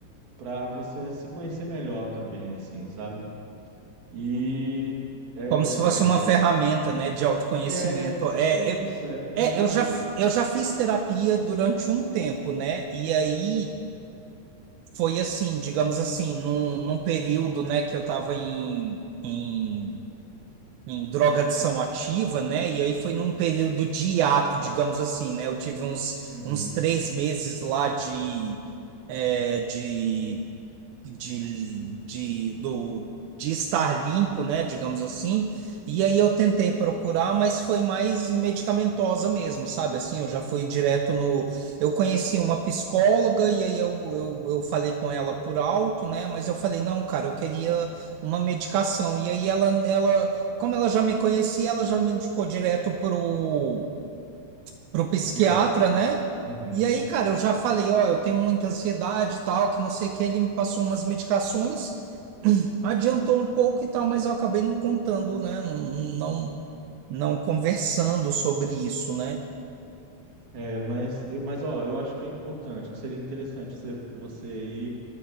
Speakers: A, on the right; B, on the right.
A: para você se conhecer melhor também, assim, sabe? E é,
B: Como se fosse uma ferramenta, né, de autoconhecimento.
A: é, é,
B: É,
A: é, é isso,
B: é,
A: é exato.
B: é, eu já, eu já fiz terapia durante um tempo, né? E aí foi assim, digamos assim, num, num período, né, que eu estava em, em, em drogadição ativa, né? E aí foi num período de hiato, digamos assim, né? Eu tive uns,
A: Uhum,
B: uns três meses lá de, é, de de, de, do, de estar limpo, né, digamos assim. E aí eu tentei procurar, mas foi mais medicamentosa mesmo, sabe? Assim, eu já fui direto no. Eu conheci uma psicóloga e aí eu, eu, eu falei com ela por alto, né? Mas eu falei, não, cara, eu queria uma medicação. E aí ela, ela, como ela já me conhecia, ela já me indicou direto pro para o psiquiatra,
A: psiquiatra.
B: né?
A: Uhum.
B: E aí, cara, eu já falei, ó, eu tenho muita ansiedade e tal, que não sei o que, ele me passou umas medicações, adiantou um pouco e tal, mas eu acabei não contando, né? Não, não, não conversando sobre isso, né?
A: É, mas, mas ó, eu acho que é importante, que seria interessante você, você ir